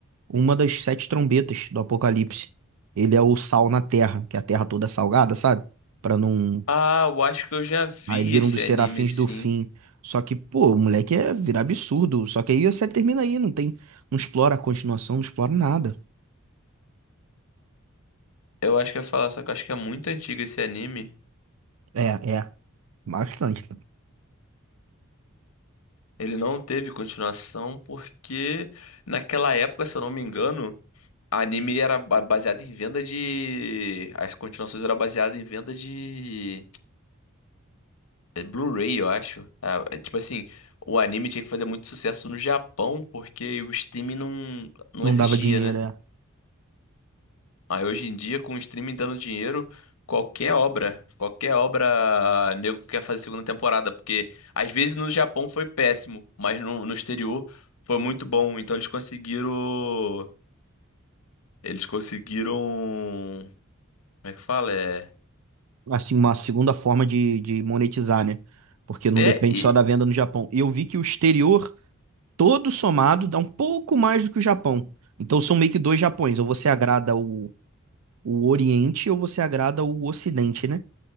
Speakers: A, on the right (about 80°); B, on the left (about 80°).
A: uma das sete trombetas do Apocalipse. Ele é o sal na terra, que é a terra toda é salgada, sabe? Pra não.
B: Ah, eu acho que eu já vi
A: Aí ele vira
B: esse
A: um dos
B: anime,
A: serafins
B: sim.
A: do fim. Só que, pô, o moleque é virar absurdo. Só que aí a série termina aí, não tem. Não explora a continuação, não explora nada.
B: Eu acho que eu ia falar, só que eu acho que é muito antigo esse anime.
A: É, é. Bastante.
B: Ele não teve continuação porque naquela época, se eu não me engano, anime era ba- baseado em venda de. As continuações eram baseadas em venda de. é, Blu-ray, eu acho. Ah, é tipo assim, o anime tinha que fazer muito sucesso no Japão porque o streaming não, não
A: Não
B: existia,
A: dava dinheiro,
B: né?
A: é.
B: Aí hoje em dia, com o streaming dando dinheiro, qualquer obra, qualquer obra, nego quer fazer segunda temporada, porque às vezes no Japão foi péssimo, mas no, no exterior foi muito bom. Então eles conseguiram, eles conseguiram, como é que fala? É,
A: assim, uma segunda forma de, de monetizar, né? Porque não
B: é,
A: depende
B: e-
A: só da venda no Japão. E eu vi que o exterior todo somado dá um pouco mais do que o Japão. Então são meio que dois Japões. Ou você agrada o, o Oriente ou você agrada o Ocidente, né?